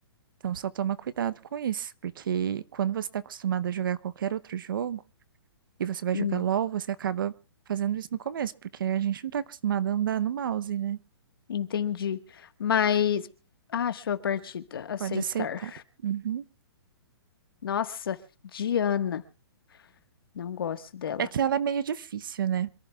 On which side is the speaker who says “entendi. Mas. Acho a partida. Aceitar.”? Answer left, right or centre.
Left